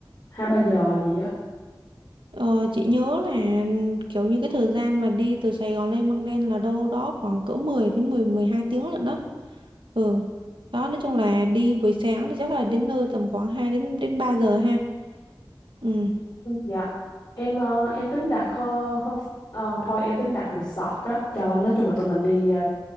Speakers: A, on the left; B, on the right.
A: 2 3 giờ gì á.
B: Ờ, chị nhớ là kiểu như cái thời gian mà đi từ Sài Gòn lên Măng Đen là đâu đó khoảng cỡ 10 đến mười mười hai tiếng lận đó. Ừ. Đó nói chung là đi buổi sáng thì chắc là đến nơi tầm khoảng 2 đến đến 3 giờ ha. Ừ.
A: Ừ. Dạ. Em ờ, em tính đặt uh, hôm ờ, thôi em tính đặt resort á cho nói chung là tụi mình đi ờ,